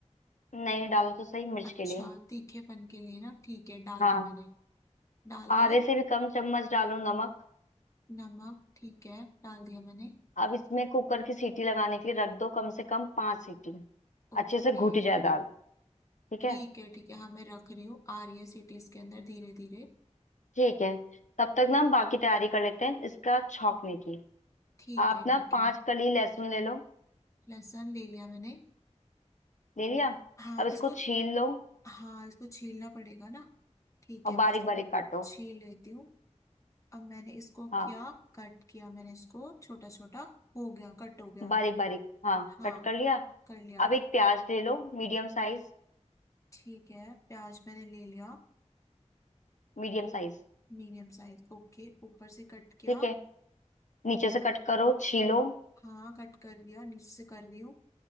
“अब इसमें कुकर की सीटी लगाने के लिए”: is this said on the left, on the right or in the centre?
Left